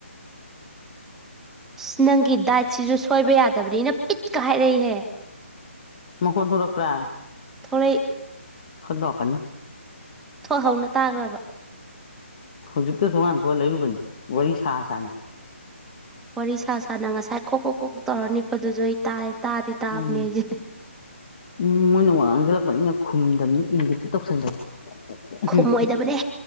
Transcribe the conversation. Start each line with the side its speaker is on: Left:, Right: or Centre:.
Centre: ꯑꯁ ꯅꯪꯒꯤ ꯗꯥꯏꯠꯁꯤꯁꯨ ꯁꯣꯏꯕ ꯌꯥꯗꯕꯅꯤꯅ ꯄꯤꯠꯀ ꯍꯥꯏꯔꯛꯏꯍꯦ
Left: ꯃꯈꯣꯟ ꯊꯣꯔꯛꯄ꯭ꯔꯥ
Centre: ꯊꯣꯛꯂꯛ
Left: ꯈꯔꯥ ꯇꯧꯔꯛꯀꯅꯤ
Centre: ꯊꯣꯛꯍꯧꯅ ꯇꯥꯈ꯭ꯔꯕ
Left: ꯍꯧꯖꯤꯛꯇ ꯊꯣꯡꯒꯥꯟ ꯊꯣꯛꯑ ꯂꯩꯔꯨꯕꯅꯤ ꯋꯥꯔꯤ ꯁꯥ ꯁꯥꯅ꯫
Centre: ꯋꯥꯔꯤ ꯁꯥ ꯁꯥꯅ ꯉꯁꯥꯏ ꯈꯣ ꯈꯣ ꯈꯣꯛ ꯇꯧꯔ ꯅꯤꯛꯄꯗꯨꯁꯨ ꯑꯩ ꯇꯥꯏ ꯇꯥꯗꯤ ꯇꯥꯕꯅꯦ
Left: ꯎꯝ
Centre: ꯑꯩꯁꯦ꯫
Left: ꯎꯝ ꯃꯣꯏꯅ ꯋꯥ ꯉꯥꯡꯁꯤꯜꯂꯛꯄꯅꯤꯅ ꯈꯨꯝꯗꯝꯅꯤ ꯏꯟꯒꯤꯠꯇꯥ ꯇꯧꯁꯟꯕꯅꯤ
Centre: ꯈꯨꯝꯃꯣꯏꯗꯕꯅꯦ
Left: ꯎꯝ